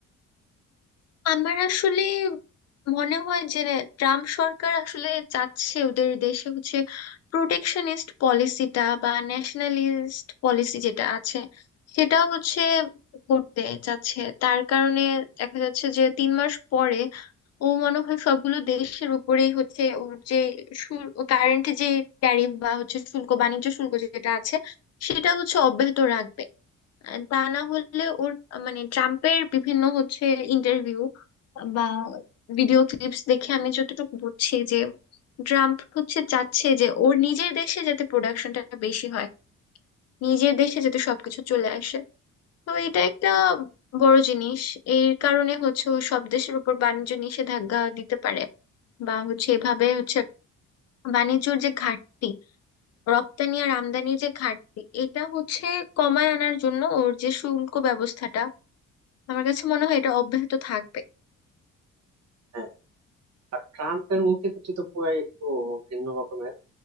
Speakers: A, on the left; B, on the right.
A: আমার আসলে মনে হয় যে ট্রাম্প সরকার আসলে চাচ্ছে ওদের দেশে হচ্ছে প্রোটেকশনিস্ট পলিসিটা বা ন্যাশনালিস্ট পলিসি যেটা আছে সেটা হচ্ছে করতে চাচ্ছে তার কারণে দেখা যাচ্ছে যে তিন মাস পরে ও মনে হয় সবগুলো দেশের উপরেই হচ্ছে ওর যে কারেন্ট যে ট্যারিফ বা হচ্ছে শুল্ক বাণিজ্য শুল্ক যেটা আছে সেটা হচ্ছে অব্যাহত রাখবে আহ তা না হলে ওর আহ, মানে ট্রাম্পের বিভিন্ন হচ্ছে ইন্টারভিউ বা ভিডিও ক্লিপস দেখে আমি যতটুকু বুঝছি যে ট্রাম্প হচ্ছে চাচ্ছে যে ওর নিজের দেশে যাতে প্রোডাকশনটা বেশি হয় নিজের দেশে যাতে সবকিছু চলে আসে তো এটা একটা বড় জিনিস এর কারণে হচ্ছে ও সব দেশের উপর বাণিজ্য নিষেধাজ্ঞা দিতে পারে বা হচ্ছে এভাবে হচ্ছে বাণিজ্যর যে ঘাটতি রপ্তানি আর আমদানির যে ঘাটতি এটা হচ্ছে কমায় আনার জন্য ওর যে শুল্ক ব্যবস্থাটা আমার কাছে মনে হয় এটা অব্যাহত থাকবে
B: হ্যাঁ আর ট্রাম্পের মূর্তিগতি তো পুরাই একটু ভিন্ন রকমের